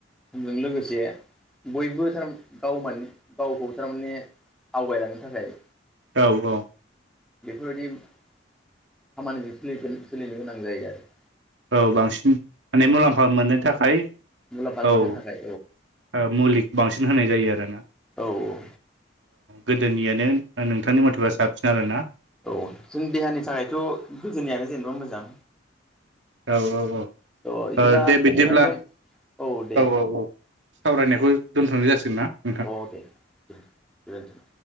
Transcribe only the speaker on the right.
औ औ।
औ बांसिन माने मुलाम्फा मोननो थाखाय
औ
मुलि। बांसिन होनाय जायो आरो ना।
गोदोनियानो नोंथांनि मथेबा साबसिन आरो ना।
औ औ औ।
दे बिदिब्ला
औ औ सावरायनायखौ दोनथ'नाय जासिगोन ना। नोंथां?